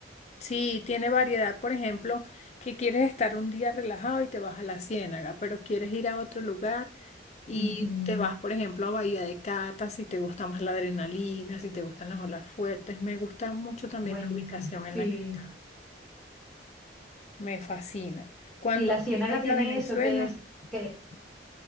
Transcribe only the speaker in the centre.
Ujú,
Buenísimo.
Sí,
sí, la ciénaga
tiene
eso que es, que,